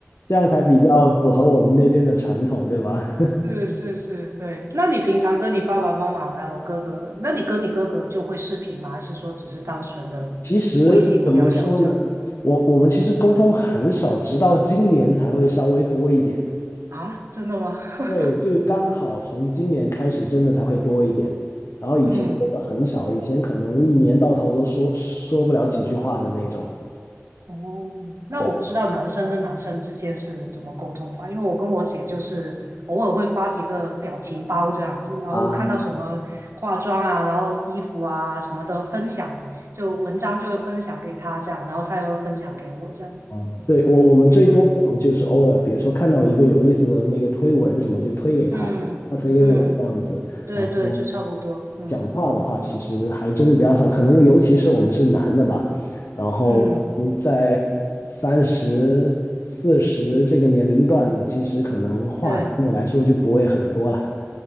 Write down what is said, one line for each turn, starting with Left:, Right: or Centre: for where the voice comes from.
Left: 这样才比较符合我们那边的传统，对吧？
Right: 是是是，对。那你平常跟你爸爸妈妈还有哥哥，那你跟你哥哥就会视频吗？还是说只是单纯的微信聊聊这样？
Left: 其实怎么说呢？我我们其实沟通很少，直到今年才会稍微多一点。
Right: 啊，真的吗？<laughs>
Left: 对，就刚好从今年开始，真的才会多一点。然后以前真的很少，
Right: 嗯，
Left: 以前可能一年到头都说说不了几句话的那种。
Right: 哦，那我不知道男生跟男生之间是怎么沟通法，
Left: 对
Right: 因为我跟我姐就是偶尔会发几个表情包这样子，然后看到什么化妆啊，
Left: 啊，
Right: 然后衣服啊什么的分享，就文章就会分享给她这样，然后她也会分享给我这样。
Left: 嗯，对，我我们最多可能就是偶尔，
Right: 嗯
Left: 比如说看到一个有意思的那个推文什么，就推给他，
Right: 嗯嗯。
Left: 他推给我这样子。
Right: 对对，
Left: 然后
Right: 就差不多，嗯
Left: 讲话的话，其实还真的比较少，可能尤其是我们是男的吧，然后可在三十四十这个年龄段，
Right: 嗯，
Left: 其实可能话相对来说就不会很多了。
Right: 对